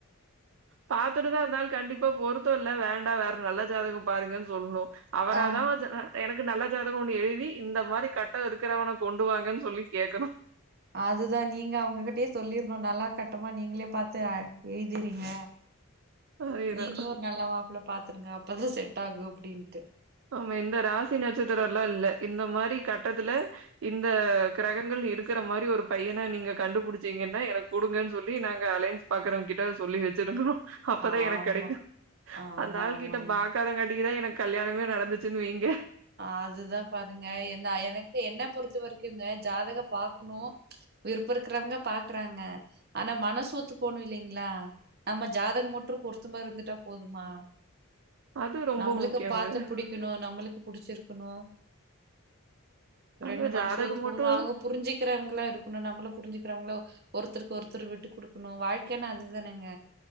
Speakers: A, on the right; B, on the right.
A: பாத்துட்டு தா அந்தாளு கண்டிப்பா பொருத்தோ இல்ல வேண்டா வேற நல்ல ஜாதகம் பாருங்கன் சொல்ணு அவராதான்
B: ஆ
A: <unintelligible> எனக்கு நல்ல ஜாதகோ ஒன்னு எழுதி இந்த மாரி கட்ட இருக்கறவன கொண்டுவாங்கன் சொல்லி கேக்கணு
B: அதுதா நீங்க அவங்ககிட்டயே சொல்லிர்ணு நல்லா கட்டமா நீங்ளே பாத்து எழுதிறீங்க
A: அதேதான்
B: நீங்களு ஒரு நல்ல மாப்ள பாத்துருங்க அப்பதா செட்டாகு அப்டின்ட்டு
A: ஆமா இந்த ராசி நட்சத்திரல்லா இல்ல இந்த மாரி கட்டத்துல இந்த கிரகங்கள் இருக்கிற மாரி ஒரு பையன நீங்க கண்டுபிடிச்சீங்கன்னா எனக்கு குடுங்கன்னு சொல்லி நாங்க அலைன்ஸ் பாக்குறவ கிட்ட சொல்லி வச்சிருக்குறோ அப்பதா
B: ஆமா
A: எனக் கெடைக்கு
B: ஆமா
A: அந்த ஆள்கிட்ட
B: ஆமாங்க
A: பாக் கதங்கட்டிகுத எனக் கல்யாணமே நடந்துச்சுன்னு வைங்க
B: அதுதா பாருங்க என்ன எனக்கே என்ன பொறுத்த வரைக்கும்ங்க ஜாதகோ பாக்ணு விருப்ப இருக்கிறவங்க பாக்குறாங்க ஆனா மனசு ஒத்து போனு இல்லைங்களா நம்ம ஜாதக மட்டு பொறுருத்தமா இருந்துட்டா போதுமா
A: அது ரொம்ப
B: நம்மளுக்கு
A: முக்கியங்க.
B: பாத்த புடிக்கணு நம்மளுக்கு புடிச்சிருக்கணு
A: அதான்
B: ரெண்டு மனசு
A: ஜாதகம்
B: ஒத்து
A: மட்டும்
B: போணு அவுங்க புரிஞ்சுக்கிறவங்களா இருக்கணு நம்மள புரிஞ்சிக்கிறவங்கள ஒருத்தருக்கு ஒருத்தர் விட்டு குடுக்கணு வாழ்க்கைநா அதுதானேங்க